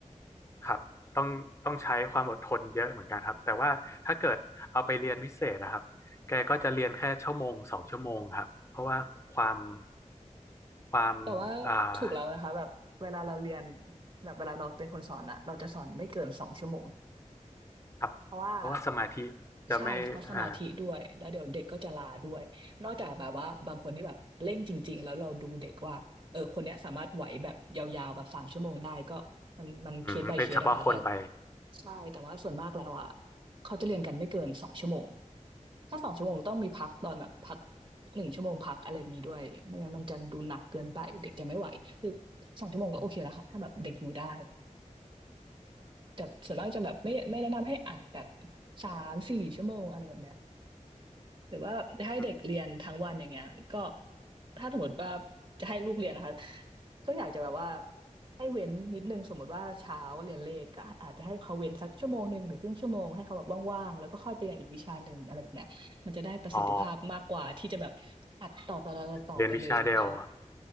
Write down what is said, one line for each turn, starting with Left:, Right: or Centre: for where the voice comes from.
Left: ครับต้องต้องใช้ความอดทนเยอะเหมือนกันครับแต่ว่าถ้าเกิดเอาไปเรียนพิเศษนะครับแกก็จะเรียนแค่ชั่วโมงสองชั่วโมงครับเพราะว่าความความ
Right: แต่ว่าถูกแล้วนะคะแบบเวลาเราเรียน
Left: อ่า
Right: แบบเวลาเราเป็นคนสอนอะเราจะสอนไม่เกินสองชั่วโมง
Left: ครับเพราะว่าสมาธิจะไม่อ่า
Right: เพราะว่า ใช่เพราะสมาธิด้วยแล้วเดี๋ยวเด็กก็จะลาด้วยนอกจากแบบว่าบางคนที่แบบเร่งจริงๆแล้วเราดูเด็กว่าเออคนเนี้ยสามารถไหวแบบยาวๆแบบสามชั่วโมงได้ก็มันมันเคส
Left: อืมเป็นเฉพาะคนไป
Right: by เคสนะคะแต่ใช่แต่ว่าส่วนมากแล้วอ่ะเขาจะเรียนกันไม่เกินสองชั่วโมงถ้าสองชั่วโมงต้องมีพักตอนแบบพัก
Left: อืม
Right: หนึ่งชั่วโมงพักอะไรอย่างนี้ด้วยไม่งั้นมันจะดูหนักเกินไปเด็กจะไม่ไหวคือสองชั่วโมงก็โอเคแล้วค่ะถ้าแบบเด็กอยู่ได้
Left: อืม
Right: แต่ส่วนมากจะแบบไม่ไม่แนะนำให้อัดแบบสามสี่ชั่วโมงอะไรแบบเนี้ย หรือว่าแบบให้เด็กเรียนทั้งวันอย่างเงี้ยก็
Left: อืม
Right: ถ้าสมมติว่าจะให้ลูกเรียนนะคะก็อยากจะแบบว่าให้เว้นนิดนึงสมมติว่าเช้าเรียนเลขก็อาจจะให้เขาเว้นสักชั่วโมงหนึ่งหรือครึ่งชั่วโมงให้เขาแบบว่างๆแล้วก็ค่อยไปเรียนอีกวิชาหนึ่งอะไรแบบเนี้ยมันจะได้ประสิทธิภาพมากกว่าที่จะแบบอัดต่อต่อต่อต่อต่อไปเลยอย่างเงี้ยค่ะ
Left: อ๋อเรียนวิชาเดียว